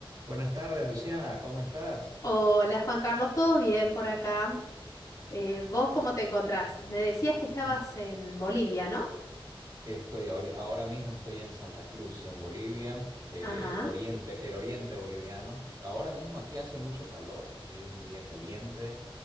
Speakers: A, on the right; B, on the left.
A: Buenas tardes, Luciana, ¿cómo estás?
B: Hola Juan Carlos, ¿todo bien por acá? Eh, ¿vos cómo te encontrás? Me decías que estabas
A: Mm,
B: en Bolivia, ¿no?
A: Estoy ahori- ahora mismo estoy en Santa Cruz, en Bolivia, eh,
B: Ajá.
A: oriente, el oriente boliviano. Ahora mismo aquí hace mucho calor, hoy es un día caliente,